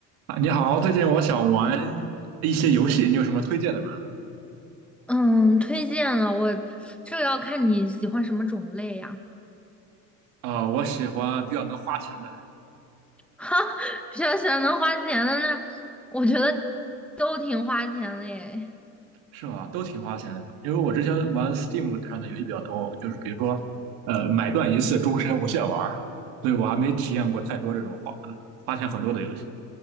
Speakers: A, on the right (about 75°); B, in the centre.
A: 啊，你好，最近我想玩一些游戏，你有什么推荐的吗？
B: 嗯，推荐了我，这个要看你喜欢什么种类呀、
A: 啊，我喜欢比较能花钱的，
B: <laughs> 哈，比较喜欢能花钱的那，我觉得都挺花钱的耶。
A: 是吗？都挺花钱的吧？因为我之前玩 Steam 上的游戏比较多，就是比如说，呃，买断一次，终身无限玩儿，所以我还没体验过太多这种花嗯花钱很多的游戏，